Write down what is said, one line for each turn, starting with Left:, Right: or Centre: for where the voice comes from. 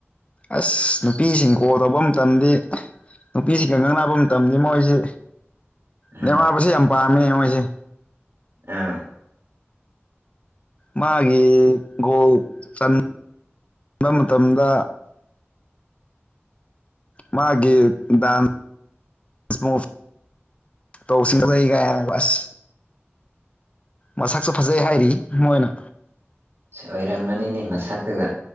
Left: ꯑꯁ ꯅꯨꯄꯤꯁꯤꯡ ꯀꯣꯜ ꯇꯧꯕ ꯃꯇꯝꯗꯤ ꯅꯨꯄꯤꯁꯤꯡꯒ ꯉꯪꯅꯥꯕ ꯃꯇꯝꯗꯤ ꯃꯣꯏꯁꯤ
Right: ꯑꯥ
Left: ꯅꯦꯃꯥꯕꯨꯁꯦ ꯌꯥꯝ ꯄꯥꯝꯃꯤꯅꯦ ꯃꯣꯏꯁꯦ
Right: ꯑ
Left: ꯃꯥꯒꯤ ꯒꯣꯜ ꯆꯟꯕ ꯃꯇꯝꯗ ꯃꯥꯒꯤ ꯗꯥꯟꯁ ꯃꯨꯚ ꯇꯧ <unintelligible> ꯑꯁ ꯃꯁꯛꯁꯨ ꯐꯖꯩ ꯍꯥꯏꯔꯤ ꯃꯣꯏꯅ
Right: ꯑꯣꯏꯔꯝꯂꯅꯤꯅꯦ ꯃꯁꯛꯇꯨꯒ